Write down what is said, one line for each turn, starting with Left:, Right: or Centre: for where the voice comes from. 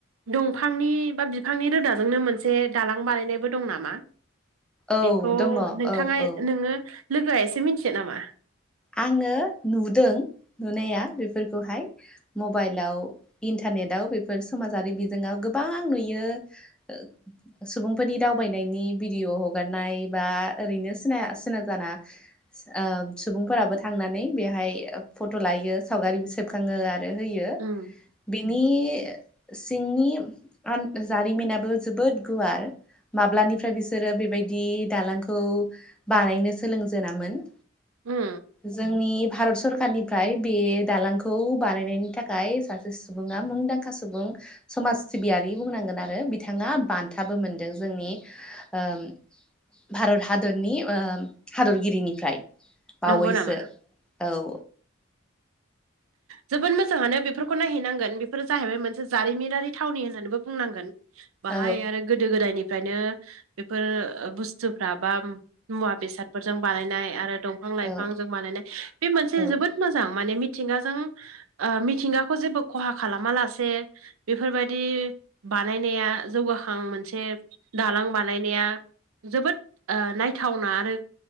Right: दंफांनि बा बिफांनि रोदाजोंनो मोनसे दालां बानायनायबो दं नामा?
Centre: औ
Right: बेखौ
Centre: दङ औ
Right: नोंथाङा
Centre: औ
Right: नोङो लोगोआ इसे मिथियो नामा?
Centre: आङो नुदों नुनाया बेफोरखौहाय। मबाइलाव इन्टारनेटआव बेफोर समाजारि बिजोङाव गोबां नुयो। ओ। सुबुंफोरनि दावबायनायनि भिडिअ' हगारनाय बा ओरैनो सिनाय सिना जाना। ओ। सुबुंफोराबो थांनानै बेहाय फट' लाहैयो सावगारि सेबखाङो आरो होयो।
Right: ओम।
Centre: बिनि सिंनि आन जारिमिनाबो जोबोद गुवार माब्लानिफ्राय बिसोरो बेबायदि दालांखौ बानायनो सोलोंजेनामोन।
Right: उम
Centre: जोंनि भारत सरकारनिफ्राय बे दालांखौ बानायनायनि थाखाय सा सुबुङा मुंदांखा सुबुं समाज सिबियारि बुंनांगोन आरो बिथाङा बान्थाबो मोनदों जोंनि ओम भारत हादरनि ओ हादरगिरिनिफ्राय बावैसो
Right: नंगौ नामा
Centre: औ।
Right: जोबोद मोजाङानो बेफोरखौ नायहैनांगोन बेफोरो जाहैबाय मोनसे जारिमिनारि थावनि होननानैबो बुंनांगोन। बाहाय
Centre: औ
Right: आरो गोदो-गोदायनिफ्रायनो बेफोर बुस्थुफ्रा बा मुवा-बेसादफोरजों बानायनाय आरो। दंफां-लाइफांजों
Centre: औ
Right: बानायनाय बे मोनसे
Centre: औ
Right: जोबोद मोजां माने मिथिंगाजों ओ मिथिंगाखौ जेबो ख'हा खालामा लासे बेफोरबायदि बानायनाया जौगाखां मोनसे दालां बानायनाया जोबोद ओ नायथावना आरो